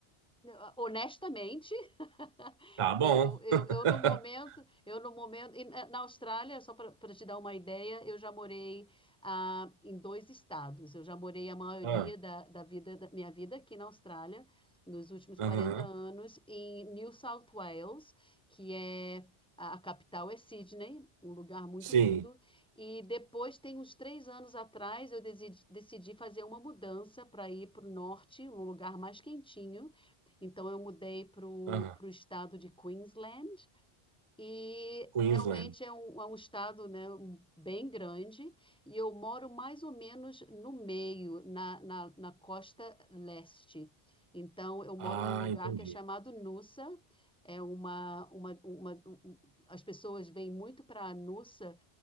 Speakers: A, in the centre; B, on the right.
A: eh, honestamente <laughs>
B: Tá bom.
A: Eu, eu,
B: <laughs>
A: eu no momento, eu no momento, e na na Austrália, só para te dar uma ideia, eu já morei ah, em dois estados. Eu já morei a maioria
B: Ah,
A: da, da vida, da minha vida aqui na Austrália, nos últimos
B: aham,
A: 40 anos, em New South Wales, que é a, a capital é Sydney, um lugar muito
B: Sim,
A: lindo. E depois, tem uns três anos atrás, eu decidi, decidi fazer uma mudança para ir para o norte, um lugar mais quentinho. Então eu mudei para o
B: aham,
A: estado de Queensland e
B: Queensland.
A: realmente é um, é um estado, né, um- bem grande e eu moro mais ou menos no meio, na, na, na costa leste. Então eu moro
B: Ah,
A: num lugar
B: entendi.
A: que é chamado Noosa. É uma, uma, uma, um- um, as pessoas vêm muito para Noosa